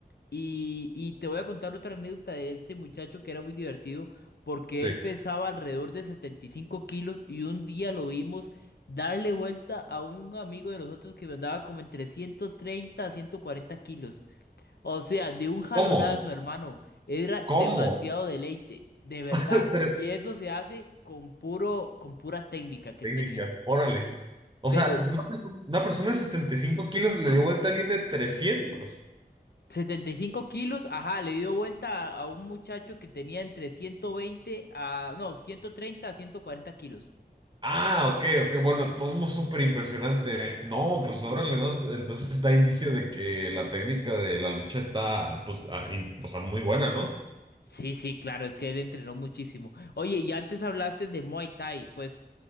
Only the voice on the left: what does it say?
Y, y te voy a contar otra anécdota de este muchacho que era muy divertido porque
él pesaba alrededor de 75 kilos y un día lo vimos darle vuelta a un amigo de nosotros que andaba como entre 130 a 140 kilos. O sea, de un jalonazo,
hermano. Era
demasiado deleite, de verdad.
Y eso se hace con puro, con pura técnica que
él tenía.
Pero
75 kilos, ajá, le dio vuelta a, a un muchacho que tenía entre 120 a, no, 130 a 140 kilos.
Sí, sí, claro, es que él entrenó muchísimo. Oye, y antes hablaste de Muay Thai, pues